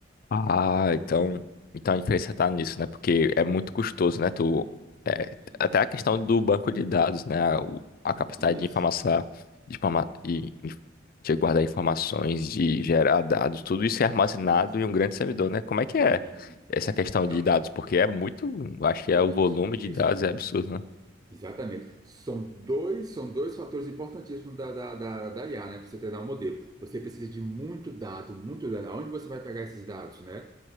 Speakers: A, on the left; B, on the right.
A: Ah, então, então a diferença tá nisso, né? Porque é muito custoso, né? Tu, é,
B: E-
A: até a questão do banco de dados, né? A, o- a capacidade
B: Isso,
A: de informação, de, informa- e- e- de guardar informações, de gerar dados, tudo isso é armazenado
B: isso,
A: em um grande servidor, né? Como é que é
B: isso,
A: essa
B: isso,
A: questão de
B: É,
A: dados? Porque é muito, eu acho que é o
B: isso,
A: volume
B: isso,
A: de dados é absurdo, né?
B: exatamente. São dois, são dois fatores importantíssimos da, da, da, da IA, né? Para você treinar um modelo. Você precisa de muito dado, muito dado. Aonde você vai pegar esses dados, né?